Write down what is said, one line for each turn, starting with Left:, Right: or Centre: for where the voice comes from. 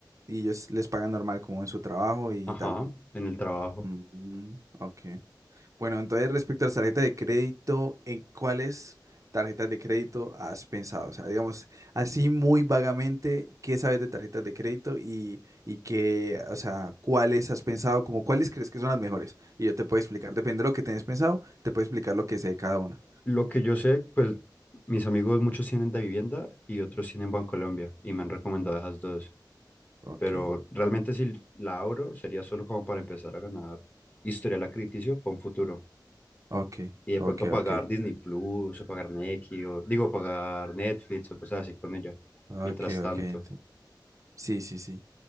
Right: Y ellos les pagan normal como en su trabajo y
Left: Ajá,
Right: tal.
Left: en el trabajo.
Right: Mm, ok. Bueno, entonces respecto a las tarjetas de crédito, ¿en cuáles tarjetas de crédito has pensado? O sea, digamos, así muy vagamente, ¿qué sabes de tarjetas de crédito y, y qué, o sea, cuáles has pensado? Como cuáles crees que son las mejores? Y yo te puedo explicar, depende de lo que tenés pensado, te puedo explicar lo que sé de cada una.
Left: Lo que yo sé, pues mis amigos muchos tienen de vivienda y otros tienen Bancolombia y me han recomendado
Right: Mm.
Left: esas dos.
Right: Ok,
Left: Pero realmente si la abro sería solo como para empezar a ganar historial crítico para un futuro.
Right: ok,
Left: Y de
Right: ok,
Left: pronto pagar
Right: ok,
Left: Disney Plus o pagar Nequi o digo pagar Netflix o cosas así con ella.
Right: ok,
Left: Mientras tanto,
Right: ok. enti- Sí, sí, sí.